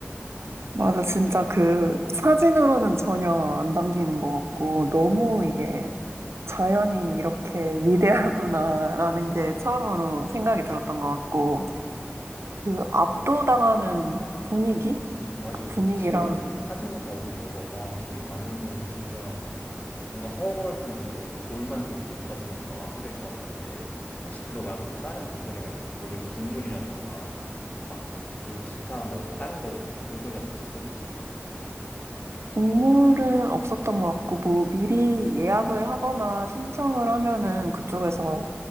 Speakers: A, on the right; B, on the left.
A: 맞아, 진짜 그 사진으로는 전혀 안 담기는 것 같고, 너무 이게 자연이 이렇게 위대하구나라는 게 처음으로 생각이 들었던 것 같고, 그 압도당하는 분위기?
B: 맞아.
A: 그 분위기랑
B: 사실 사진만 봐도 뭔가, 와, 저기 가면은 진짜 뭔가 허허벌판인데 돌만 그렇게 있다 보니까 압도될 것 같은데 혹시 그거 말고 또 다른 볼거리가 있어? 거기 뭐 동물이라던가 막 그 기타 뭐 다른 거 볼거리가 또 있었어?
A: 동물은 없었던 것 같고, 뭐 미리 예약을 하거나 신청을 하면은 그쪽에서